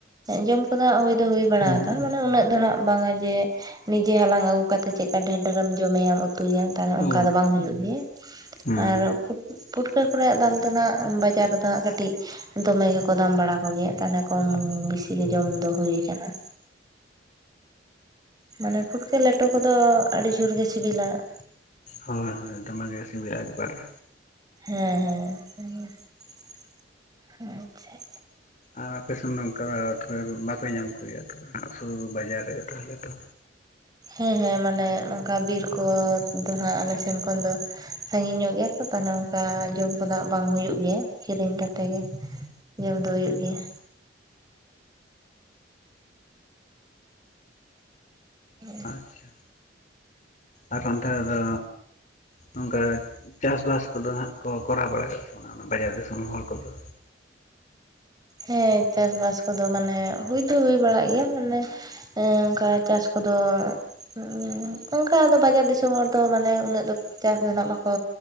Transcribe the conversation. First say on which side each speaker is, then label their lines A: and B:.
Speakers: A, on the right (about 20°); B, on the left (about 40°).
A: ᱡᱚᱢ ᱠᱚ ᱫᱚ ᱦᱟᱸᱜ ᱦᱩᱭ ᱫᱚ ᱦᱩᱭ ᱵᱟᱲᱟ
B: ᱦᱩᱸ
A: ᱠᱟ ᱢᱟᱱᱮ ᱩᱱᱟᱹᱜ ᱫᱚ ᱱᱟᱦᱟᱜᱼᱼ ᱵᱟᱝ-ᱟ ᱡᱮ ᱱᱤᱡᱮ ᱦᱟᱞᱟᱝ ᱟᱹᱜᱩ ᱠᱟᱛᱮ ᱪᱮᱫᱠᱟ ᱰᱷᱮᱨ ᱰᱷᱮᱨᱮᱢ ᱡᱚᱢᱮᱭᱟᱢᱼᱼ ᱩᱛᱩᱭᱟᱢ ᱛᱟᱦᱚᱞᱮ ᱚᱝᱠᱟ
B: ᱚ
A: ᱫᱚ ᱵᱟᱝ ᱦᱩᱭᱩᱜ ᱜᱮᱭᱟ᱾
B: ᱦᱩᱸ
A: ᱟᱨ ᱯᱩᱴ ᱯᱩᱴᱠᱟᱹ ᱠᱚ ᱨᱮᱭᱟᱜ ᱫᱟᱢ ᱫᱚ ᱱᱷᱟᱜ ᱵᱟᱡᱟᱨ ᱨᱮ ᱫᱚ ᱦᱟᱸᱜ ᱠᱟᱹᱴᱤᱡᱼᱼ ᱫᱚᱢᱮ ᱜᱮ ᱠᱚ ᱫᱟᱢ ᱵᱟᱲᱟ ᱠᱚ ᱜᱮᱭᱟ ᱛᱟᱦᱚᱞᱮ ᱠᱚᱢ ᱵᱤᱥᱤ ᱜᱮ ᱡᱚᱢ ᱫᱚ ᱦᱩᱭ ᱠᱟᱱᱟ᱾ ᱢᱟᱱᱮ ᱯᱩᱴᱠᱟᱹ ᱞᱮᱴᱚ ᱠᱚᱫᱚ ᱟᱹᱰᱤ ᱡᱳᱨ ᱜᱮ ᱥᱤᱵᱤᱞᱟ᱾ <inaudible>
B: ᱦᱳᱭ ᱦᱳᱭ ᱫᱚᱢᱮ ᱜᱮ ᱥᱤᱵᱤᱞᱟ ᱮᱠ ᱵᱟᱨᱮ
A: ᱦᱮᱸ ᱦᱮᱸ ᱦᱮᱸ, ᱟᱪᱪᱷᱟ᱾
B: ᱟᱨ ᱟᱯᱮ ᱥᱮᱱ ᱫᱚ ᱚᱝᱠᱟ ᱛᱚᱵᱮ ᱵᱟᱯᱮ ᱧᱟᱢ ᱠᱚ ᱜᱮᱭᱟ ᱛᱚᱵᱮ ᱥᱩᱨ ᱵᱟᱡᱟᱨ ᱨᱮᱜᱮ ᱛᱟᱦᱚᱞᱮ ᱛᱚ᱾
A: ᱦᱮᱸ ᱦᱮᱸ ᱢᱟᱱᱮ ᱱᱚᱝᱠᱟ ᱵᱤᱨ ᱠᱚ ᱫᱚ ᱦᱟᱸᱜ ᱟᱞᱮ ᱥᱮᱱ ᱠᱷᱚᱱ ᱫᱚ ᱥᱟᱺᱜᱤᱧ ᱧᱚᱜ ᱜᱮᱭᱟ ᱛᱚ ᱛᱟᱞᱦᱮ ᱚᱱ ᱠᱟ ᱡᱚᱢ ᱠᱚᱫᱚ ᱦᱟᱸᱜ ᱵᱟᱝ ᱦᱩᱭᱩᱜ ᱜᱮᱭᱟ, ᱠᱤᱨᱤᱧ ᱠᱟᱛᱮ ᱜᱮ ᱡᱚᱢ ᱫᱚ ᱦᱩᱭᱩᱜ ᱜᱮᱭᱟ᱾ ᱦᱮᱸ᱾
B: ᱟᱪᱪᱷᱟ ᱟᱨ ᱚᱱᱛᱮ ᱨᱮᱫᱚ ᱱᱚᱝᱠᱟ ᱪᱟᱥᱵᱟᱥ ᱠᱚᱫᱚ ᱦᱟᱸᱜ ᱠᱚ ᱠᱚᱨᱟᱣ ᱵᱟᱲᱟᱭᱟ ᱥᱮ ᱵᱟᱝᱟ ᱚᱱᱟ ᱵᱟᱡᱟᱨ ᱫᱤᱥᱚᱢ ᱦᱚᱲ ᱠᱚ ᱫᱚ?
A: ᱦᱮᱸ ᱪᱟᱥᱵᱟᱥ ᱠᱚ ᱫᱚ ᱢᱟᱱᱮ ᱦᱩᱭ ᱫᱚ ᱦᱩᱭ ᱵᱟᱲᱟᱜ ᱜᱮᱭᱟ ᱢᱟᱱᱮ ᱮᱸ ᱚᱱᱠᱟ ᱪᱟᱥ ᱠᱚᱫᱚ ᱩᱸ ᱚᱱᱠᱟ ᱟᱫᱚ ᱵᱟᱡᱟᱨ ᱫᱤᱥᱚᱢ ᱦᱚᱲ ᱫᱚ ᱢᱟᱱᱮ ᱩᱱᱟᱹᱜ ᱫᱚ ᱪᱟᱥ ᱫᱚ ᱱᱟᱦᱟᱜ ᱵᱟᱠᱚ